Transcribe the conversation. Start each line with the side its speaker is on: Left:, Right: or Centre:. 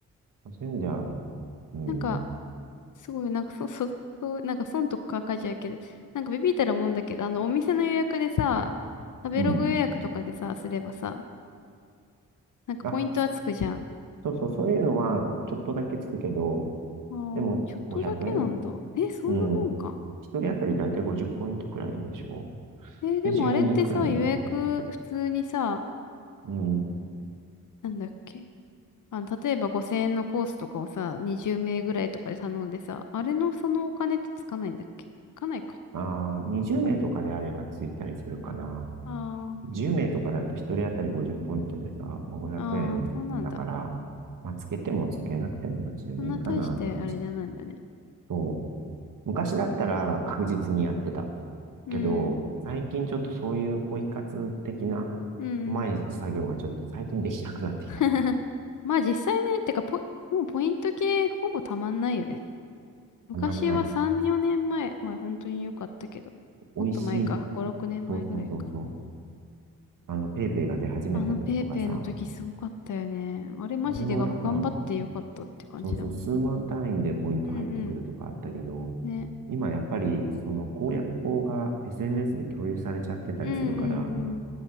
Right: まあそういう意味じゃ、うん、
Left: なんか、すごい、なんか、そ、<laughs> そ、そう、なんか損とか書いちゃうけど、なんかビビったらもんだけど、あの、お店の予約でさ、食べログ予約とかでさ、
Right: うん。
Left: すればさ、なんかポイントはつくじゃん。
Right: あ、そうそう、そういうのはちょっとだけつくけど、
Left: ああ、
Right: でも500円、
Left: ちょっとだけなんだ。え、そんなもんか。
Right: うん。一人当たりだいたい50ポイントくらいでしょ。
Left: えーでもあれってさ、
Right: で、10人くらいのみたいな。
Left: 予約普通にさ、
Right: うん。
Left: なんだっけ。あの、例えば5000円のコースとかをさ、20名ぐらいとかで頼んでさ、あれのそのお金ってつかないんだっけつかないか。
Right: ああ、20名とかであればついたりするかな。
Left: あ
Right: 10名とかだと1人当たり50ポイントでさ、まあ、500円だから、
Left: あ、ああ、そうなんだ。
Right: まあ、つけてもつけなくてもどっちでもいいかなって感じ。
Left: そんな大してあれじゃないんだね。
Right: そう。昔だったら確実にやってた。
Left: うん、
Right: けど、最近ちょっとそういうポイ活的な、
Left: うん、うん。
Right: うまい作業がちょっと最近できなくなってきた。
Left: <laughs> まあ実際ね、てかポイ、もうポイント系ほぼたまんないよね。昔は3、
Right: たまんない。
Left: 4年前は本当に良かったけど、
Right: 美味しい。
Left: もっと前か、5、6年前ぐらいか。
Right: そうそうそうそう。あの、ペイペイが出始めた時とかさ、
Left: あのペイペイの時すごかったよね。あれマジでがん頑張って良かったって感じだもん。
Right: あれはだから、そうそう、数万単位でポイント入ってくるとかあったけど、
Left: うんうん。ね。
Right: 今やっぱりその攻略法が SNS で共有されちゃってたりするから、
Left: うんうんうん。